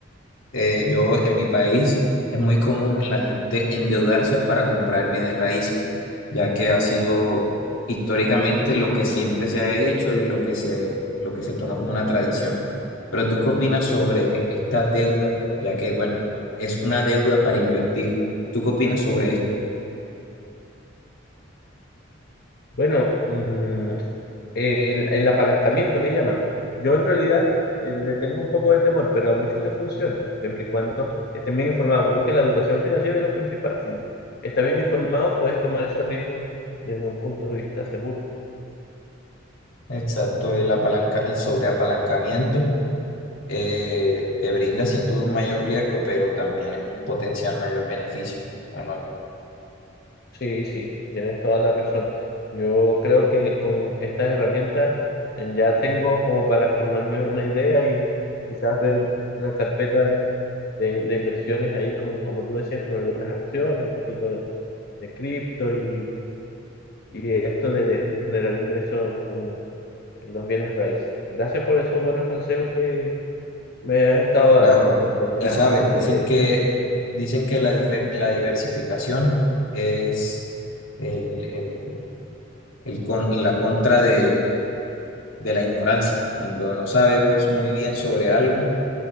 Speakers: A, on the left; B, on the left.
A: eh, yo en mi país es muy común la gente endeudarse para comprar bienes raíces, ya que ha sido históricamente lo que siempre se ha hecho y lo que se, lo que se toma como una tradición. Pero ¿tú qué opinas sobre esta deuda? Ya que, bueno, es una deuda para invertir. ¿Tú qué opinas sobre esto?
B: Bueno, mm, el, el apalancamiento que llaman. Yo en realidad eh, le tengo un poco de temor, pero a muchos les funciona, siempre y cuando estén bien informados. Creo que la educación financiera es lo principal. Si estás bien informado, puedes tomar ese riesgo desde un punto de vista seguro.
A: Exacto, el apalanca, el sobreapalancamiento eh, te brinda sin duda un mayor riesgo, pero también es un potencial mayor beneficio, ¿o no?
B: Sí, sí, tienes toda la razón. Yo creo que con estas herramientas eh, ya tengo como para formarme una idea y, y quizás ver una carpeta de, de inversiones ahí, con, como tú decías, con algunas acciones, un poquito de, de cripto y, y esto de generar ingresos con los bienes raíces. Gracias por esos buenos consejos que me has estado dando.
A: Claro,
B: En realidad,
A: y sabes, dicen
B: eh,
A: que, dicen que la, dife- la diversificación es el, el- el con- la contra de, de la ignorancia. Cuando no sabemos muy bien sobre algo,